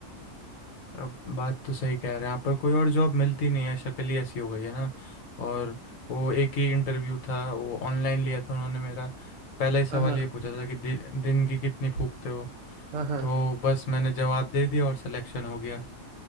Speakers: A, on the left; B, on the right.
A: अब बात तो सही कह रहे हैं आप पर कोई और जॉब मिलती नहीं है शक्ल ही ऐसी हो गई है ना और वो एक ही इंटरव्यू था वो ऑनलाइन लिया था उन्होंने मेरा पहला ही सवाल
B: हाँ हाँ
A: ये पूछा था कि दि, दिन की कितनी फूकते हो
B: हाँ हाँ
A: तो बस मैंने जवाब दे दिया और सिलेक्शन हो गया